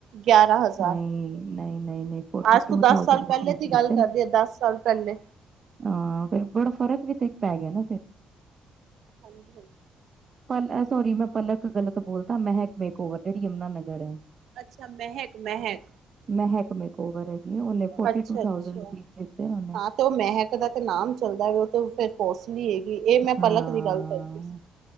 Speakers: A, on the right; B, on the right.
A: ਗਿਆਰਾਂ ਹਜ਼ਾਰ
B: ਨਹੀਂ ਨਹੀਂ, ਨਹੀਂ ਨਹੀਂ, ਫੋਰਟੀ
A: ਅੱਜ
B: ਟੂ
A: ਤੋਂ ਦਸ
B: ਥਾਜੈਂਡ
A: ਸਾਲ ਪਹਿਲੇ
B: ਰੁਪੀਜ਼
A: ਦੀ ਗੱਲ
B: ਲੱਤੇ
A: ਕਰਦੀ
B: ਨੇ।
A: ਆ ਦਸ ਸਾਲ ਪਹਿਲੇ।
B: ਹਾਂ। ਫਿਰ ਬੜਾ ਫ਼ਰਕ ਵੀ ਤੇ ਪੈ ਗਿਆ ਨਾ ਫੇਰ।
A: ਹਾਂਜੀ -ਹਾਂਜੀ।
B: ਪਲ ਸੋਰੀ ਮੈਂ ਪਲਕ ਗਲਤ ਬੋਲਤਾ। ਮਹਿਕ ਮੇਰੇ ਕੋਲ, ਜਿਹੜੀ ਯਮੁਨਾ ਨਗਰ ਐ।
A: ਅੱਛਾ। ਮਹਿਕ-ਮਹਿਕ
B: ਮਹਿਕ ਮੇਰੇ ਕੋਲ ੳਵਰ ਹੈਗੀ। ਉਹਨੇ ਫੋਰਟੀ-ਟੂ-ਥਾਜੂਡ
A: ਅੱਛਾ ਅੱਛਾ।
B: ਰੁਪੀਜ਼ ਲਿਤੇ ਉਹਨੇ।
A: ਹਾਂ ਤੇ ਉਹ ਮਹਿਕ ਦਾ ਤੇ ਨਾਮ ਚੱਲਦਾ। ਉਹ ਤੇ ਫਿਰ ਕੋਸਲੀ ਹੈਗੀ। ਇਹ ਮੈਂ
B: ਹਾਂ
A: ਪਲਕ ਦੀ ਗੱਲ ਕਰਦੀ ਸੀ।